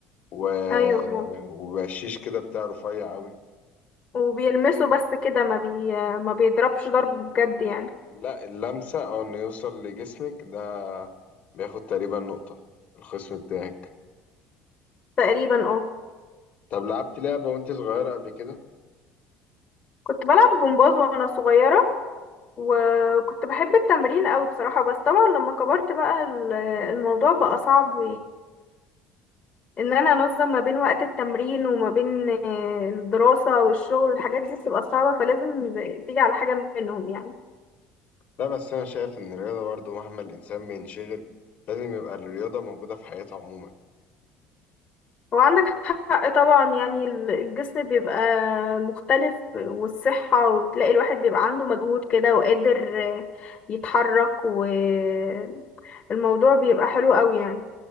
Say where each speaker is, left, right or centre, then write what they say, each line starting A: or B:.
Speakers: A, on the left; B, on the left.
A: و...
B: ايوه فعلا
A: وبقشيش كده بتاع رفيع قوي
B: وبيلمسوا بس كده ما بي ما بيضربش ضرب بجد يعني
A: لا اللمسة او انه يوصل لجسمك ده بياخد تقريبا نقطة الخصم بتاعك
B: تقريبا اه
A: طب لعبت لعبة وانت صغيرة قبل كده؟
B: كنت بلعب جمباز وانا صغيره وكنت بحب التمرين قوي بصراحه بس طبعا لما كبرت بقى ال- الموضوع بقى صعب ان انا انظم ما بين وقت التمرين وما بين آه، الدراسة والشغل الحاجات دي بتبقى صعبة فلازم تيجي على حاجة منهم يعني
A: لا بس انا شايف ان الرياضة برضو مهما الانسان بينشغل لازم يبقى الرياضة موجودة في حياته عموما
B: هو عندك حق طبعا يعني ال- الجسم بيبقى مختلف والصحة وتلاقي الواحد بيبقى عنده مجهود كده وقادر آه، يتحرك والموضوع بيبقى حلو قوي يعني